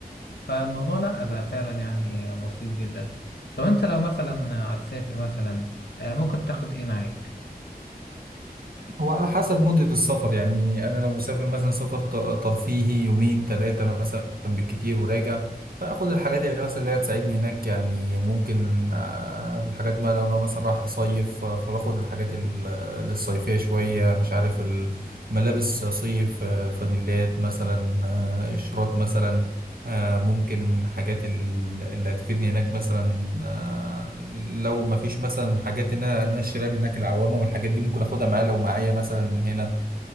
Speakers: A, on the left (about 85°); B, on the right (about 65°).
A: فالموضوع لا بقى فعلا يعني بسيط جدا طب أنت لو مثلا هتسافر مثلا آه، ممكن تاخد إيه معاك؟
B: هو على حسب مدة السفر يعني أنا لو مسافر مثلا سفر ت- ترفيهي يومين ثلاثة مثلا بالكتير وراجع فآخد الحاجات اللي مثلا اللي هتساعدني هناك يعني ممكن آه، الحاجات ما لو أنا مثلا رايح أصيف آه، فباخد الحاجات ال- الصيفية شوية مش عارف الملابس صيف آه، فانيلات مثلا آه، قشرات مثلا آه، ممكن حاجات ال- اللي هتفيدني هناك مثلا آه، لو ما فيش مثلا حاجات ان انا إن أنا اشتريها من هناك العوامه والحاجات دي ممكن اخدها معايا لو معايا مثلا من هنا